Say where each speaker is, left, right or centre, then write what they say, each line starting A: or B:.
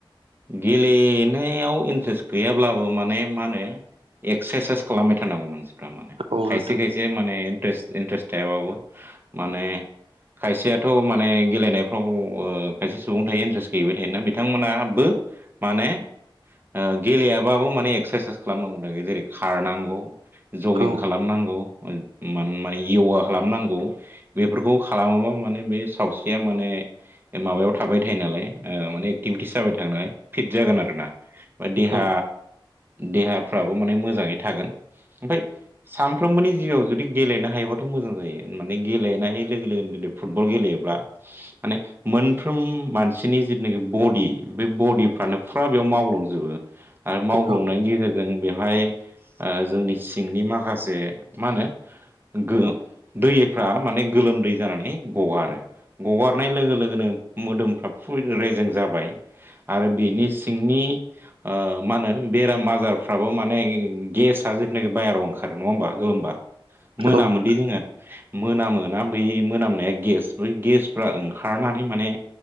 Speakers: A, on the right (about 25°); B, on the right (about 80°).
A: गेलेनायाव इन्ट्रेस गैयाब्लाबो माने मा होनो एक्सारसाइस खालामबाय थानांगौ मानसिफ्रा माने
B: औ
A: खायसे
B: नोंथां
A: खायसे माने इनट्रेस इन्टारेस थायाबाबो माने खायसेयाथ' माने गेलेनायफ्राव ओ खाय सुबुं थायो इन्ट्रेस्ट गैयैबो थायोना बिथांमोनाबो माने ओ गेलेयाबाबो माने एक्सारसाइस खालामनांगौ थाखाय जेरै खारनांगौ जगिं
B: औ
A: खालामनांगौ माने य'गा खालामनांगौ बेफोरखौ खालामोबा माने बे सावस्रिया माने बे माबायाव थाबाय थायो नालाय माने एक्टिभिटिस जाबाय थाग नालाय फिट जागोन आरोना बा देहा
B: औ
A: देहाफ्राबो माने मोजाङै थागोन ओमफ्राय सानफ्रोमबोनि जिउआव जुदि गेलेनो हायोबा माथे मोजां जायो होननानै गेलेनाय लोगो लोगो फुटबल गेलेबा माने मोन फ्रोम मानसिनि जिथुनाखि बडि बे बडिफ्रानो फुरा बेयाव मावग्लुंजोबो आरो मावलांनायनि
B: औ
A: गेजेरजों बे हाय ओ जोंनि सिंनि माखासे मा होनो गो दैफ्रा माने गोलोमदै जानानै गगारो गगारनाय लोगो लोगोनो मोदोमफ्रा फु रेजें जाबाय आरो बेनि सिंनि मा होनो बेराम आजारफ्राबो माने गेसआ जिथुनाखि बाहेराव ओंखारो नङा होमबा गोलोमबा मोनामोनदि
B: औ नोंथां
A: जोङो मोना मोना बै मोनामोनाया गेस बै गेसफ्रा ओंखारनानै माने